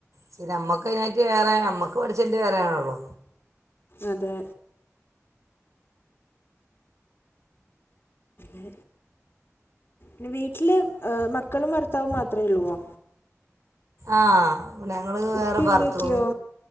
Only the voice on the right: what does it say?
ശരി നമ്മക്കതിനായിട്ട് വേറെ നമ്മക്ക് പഠിച്ചണ്ടെവേറെ ആണല്ലോ.
ആഹ് ഞങ്ങള് വേറെ
പർത്തു
പോയ്.